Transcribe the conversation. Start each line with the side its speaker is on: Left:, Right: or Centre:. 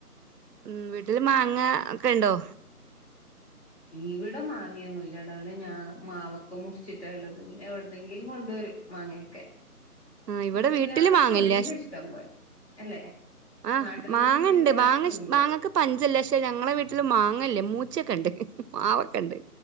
Right: ഉം വീട്ടില് മാങ്ങ ഒക്കെ ഉണ്ടോ?
Left: ഇവിടെ മാങ്ങിയൊന്നുംല്ലാടാണ് ഞാൻ മാവൊക്കെ മുറിച്ചിട്ടാള്ളത് എവിടുന്നെങ്കിലും കൊണ്ടുവരും മാങ്ങയൊക്കെ
Right: ആഹ് ഇവിടെ
Left: ഇപ്പ
Right: വീട്ടില്
Left: എല്ലാടത്തും
Right: മാങ്ങല്ല
Left: ഉണ്ട് ഇഷ്ടം പോലെ. അല്ലെ
Right: ആഹ്
Left: നാട്ടില്
Right: മാങ്ങ
Left: പൊതുവെ
Right: ഇണ്ട്
Left: എല്ലാടത്തും
Right: മാങ്ങ ഇഷ്
Left: ഉണ്ട്.
Right: മാങ്ങക്ക് പഞ്ചല്ല പക്ഷെ ഞങ്ങളെ വീട്ടില് മാങ്ങല്ല മൂച്ചൊക്കെണ്ട് മാവൊക്കെണ്ട്.